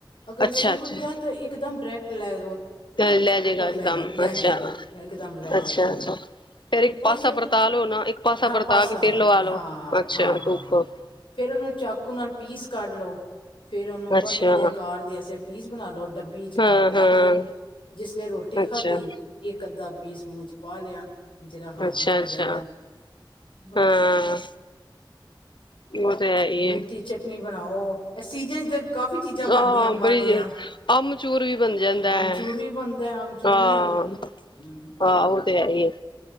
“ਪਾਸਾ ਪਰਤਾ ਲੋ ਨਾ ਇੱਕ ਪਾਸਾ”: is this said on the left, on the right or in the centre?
Left